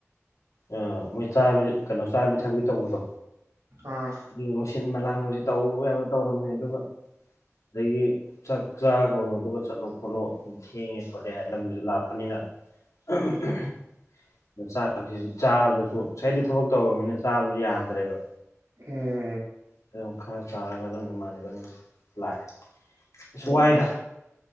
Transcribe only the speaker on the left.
ꯑ ꯃꯣꯏ ꯆꯥꯕꯤ ꯀꯩꯅꯣ ꯆꯥꯕꯤ ꯊꯛꯄꯤ ꯇꯧꯕꯗꯣ
<unintelligible> ꯁꯤꯟꯕ ꯂꯥꯡꯕꯁꯤ ꯇꯧꯕ ꯌꯥꯕ ꯇꯧꯔꯝꯃꯦ ꯑꯗꯨꯒ ꯑꯗꯒꯤ ꯆꯥꯛ ꯆꯥꯈ꯭ꯔꯣ ꯑꯗꯨꯒ ꯆꯠꯂꯣ ꯈꯣꯠꯂꯣ ꯑꯗꯨ ꯊꯦꯡꯉꯦ ꯈꯣꯠꯂꯦ ꯍꯥꯏꯔꯦ ꯂꯝꯗꯨꯁꯨ ꯂꯥꯞꯄꯅꯤꯅ <inaudible>
ꯆꯥꯕꯗꯁꯨ ꯉꯥꯁꯥꯏꯗꯒꯤ ꯊꯕꯛ ꯇꯧꯔꯕꯅꯤꯅ ꯆꯥꯕꯁꯨ ꯌꯥꯗ꯭ꯔꯦꯕ
ꯑꯗꯨꯝ ꯈꯔ ꯆꯥꯔꯒ ꯑꯗꯨꯝ ꯏꯃꯥꯟꯅꯕ ꯑꯗꯨꯝ ꯂꯥꯛꯑꯦ ꯑꯁ
ꯋꯥꯏꯗ